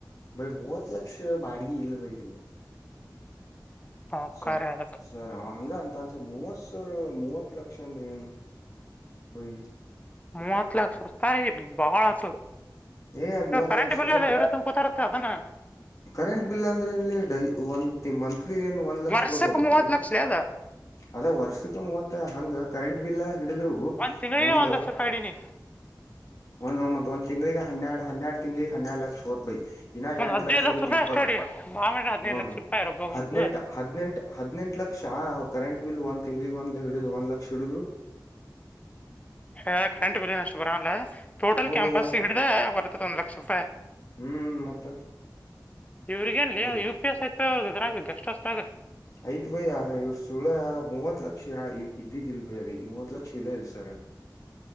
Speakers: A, on the left (about 50°); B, on the left (about 20°).
A: ಬೈ ಮೂವತ್ ಲಕ್ಷ ಬಾಡಗಿ ಇಲ್ಲ ಬೈ ಅಲ್ಲಿ
B: ಹೋಕಾರ
A: ಸರ್
B: ಅದಕ್ಕ
A: ಸರ್ ಅವ ಹಂಗ ಅಂತ ಅನ್ಸರ್ ಮೂವತ್ಸರ್ ಮೂವತ್ ಲಕ್ಷ ಅಂದ್ರೆ ಏನು ಬೈಿ
B: ಮೂವತ್ ಲಾಕ್ ಸರ್ತಾಯ ಬಾಳತವರು
A: ಏ ಮೂವತ್
B: ಕರೆಂಟ್
A: ಲಕ್ಷ
B: ಬಿಲ್ ಇಲ್ಲ ಇವ್ರ ಕೂತಾರ ಣ <unintelligible>
A: ಕರೆಂಟ್ ಬಿಲ್ ಅಂದ್ರೆ ಇಲ್ಲಿ ಡೈ ಒ ಮಂತ್ ಇ ಏನ್ ಒಂದ್ ಲಕ್ಷ
B: ವರ್ಷಕ್
A: ಬರ್ಬಹದು
B: ಮೂವತ್
A: ಕರೆಂಟ್
B: ಲಕ್ಷ ಅದ
A: ಅದ ವರ್ಷಕ್ಕೆ ಮೂವತ್ತ ಹಂಗ ಕರೆಂಟ್ ಇಲ್ಲ ಹಿಡಿದ್ರು
B: ಒಂದ್ ತಿಂಗಳಿಗೆ
A: ಒಂದು
B: ಒಂದ್ ಲಕ್ಷ ರೂಪಾಯಿ ಇಡೀನಿ
A: ಒಂದ್ ಒಂದ ತಿಂಗ್ಳಿಗೆ ಹನ್ನೆರಡ್ ಹನ್ನೆರಡ್ ತಿಂಗ್ಳಿಗೆ ಹನ್ನೆರಡ್ ಲಕ್ಷ ಹೋದತ್ ಬೈ ಇನ್ನ
B: ಒಂದ್
A: ಎಂಟು
B: ಹದಿನೈದು
A: ಲಕ್ಷ ಳತಿ
B: ರೂಪಾಯಿ
A: ಇಪ್ಪತ್ತು
B: ಅಷ್ಟ ಅಡಿ ಬಾ ಮಾಡ್ರ ಹದಿನೈದು
A: ಹ್ಮ
B: ಲಕ್ಷ ರೂಪಾಯಿ ರೊಬ್ಬೊಬ್ಬ
A: ಹದ್ನೆೆಂಟ ಹದ್ನೆೆಂಟ ಹದ್ನೆೆಂಟ ಲಕ್ಷ ಕರೆಂಟ್ ಬಿಲ್ ಒಂದ್ ತಿಂಗ್ಳಗ್ ಒಂದ್ ಹಿಡುದು ಒಂದ ಲಕ್ಷ ಹಿಡಿದ್ರು
B: ಹಾ ಕರೆಂಟ್ ಬಿಲನು ಅಷ್ಟು ಬರ ಅಲ್ಲ ಟೋಟಲ್
A: ಹ್ಮ
B: ಕ್ಯಾಂಪಸ್
A: ಭಯ್ಯ
B: ಹಿಡ್ದ ಬರ್ತದ ಒಂದು ಲಕ್ಷ ರೂಪಾಯಿ
A: ಹ್ಮ್ ಮತ್ತ
B: ಇವ್ರಿಗೆಲ್ಲಿ
A: ಹ್ಮ್
B: ಯು ಪಿ ಎಸ್ ಯ್ತು್ರರ ಎಸ್ಟ್ ಅಷ್ಟ ಆ
A: ಯ್ತ್ ಬಯ ಆದ್ರೆ ಇವ್ರ ಸುಳ ಮೂವತ್ ಲಕ್ಷ ಇರಾ ಇದ್ದಿದಿಲ್ ಭಯದೀ ಮೂವತ್ ಲಕ್ಷ ಇಲ್ಲಾ ಇಲ್ಸರ